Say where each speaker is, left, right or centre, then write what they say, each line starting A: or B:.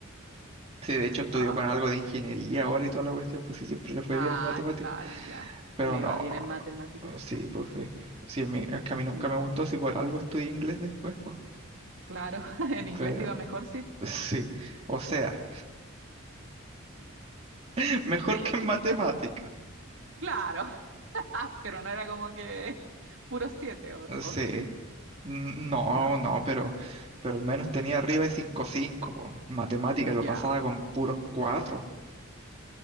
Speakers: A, on the right (about 30°); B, on the right (about 65°).
A: Sí, de hecho estudió
B: Ah,
A: con algo de ingeniería ahora y toda la cuestión, pues sí, siempre le fue
B: ah,
A: bien en matemáticas.
B: claro, ya.
A: Pero
B: Le
A: no,
B: iba bien en matemáticas.
A: sí, pues sí. Sí, a mí- es que a mí nunca
B: No,
A: me gustó, si por algo estudié inglés después, pues.
B: claro, <laughs> en inglés
A: Pero
B: te iba mejor, sí.
A: sí, o sea, <laughs> mejor
B: <laughs>
A: que en matemáticas.
B: Ya. Claro. <laughs> pero no era como que puro siete, ¿o, o
A: Sí.
B: sí?
A: N- No,
B: No,
A: no, pero, pero al menos tenía arriba de cinco punto cinco, po. Matemática
B: ya.
A: lo pasaba con puros cuatro,